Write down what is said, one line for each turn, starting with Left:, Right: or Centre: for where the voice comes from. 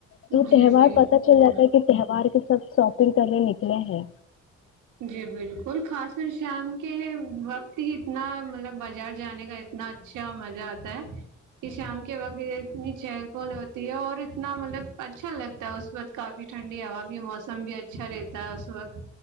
Left: تو
Right: جی
Left: تہوار
Right: بالکل
Left: پتہ چل جاتا ہے کہ تہوار ک سب شاپنگ کرنے نکلے ہیں
Right: جی بالکل خاص کر شام کے وقت ہی اتنا مطلب بازار جانے کا اتنا اچھا مزہ آتا ہے کہ شام کے وقت اتنی چہل پھہل ہوتی ہے اور اتنا مطلب اچھا لگتا ہے اس وقت کافی ٹھنڈی ہوا بھی موسم بھی اچھا رہتا ہے اس وقت